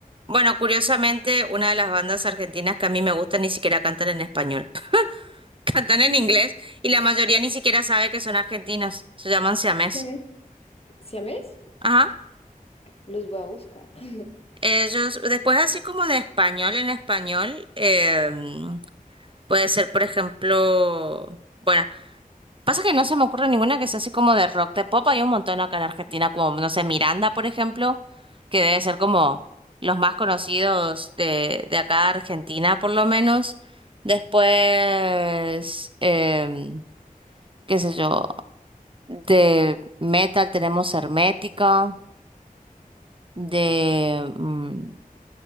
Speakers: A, on the right (about 35°); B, on the left (about 40°).
A: bueno, curiosamente, una de las bandas argentinas que a mí me gusta ni siquiera cantan en español. <laughs> Cantan en
B: <laughs>
A: inglés y la mayoría ni siquiera sabe que son argentinos. Se llaman siamés.
B: <gasps> ¿Siames?
A: Ajá.
B: Los voy a buscar. <laughs>
A: Ellos, después así como de español en español, em, puede ser, por ejemplo, bueno, pasa que no se me ocurre ninguna que sea así como de rock, de pop, hay un montón acá en Argentina, como, no sé, Miranda, por ejemplo, que debe ser como los más conocidos de, de acá Argentina, por lo menos. Después, em, qué sé yo, de metal tenemos Hermética, de... mm,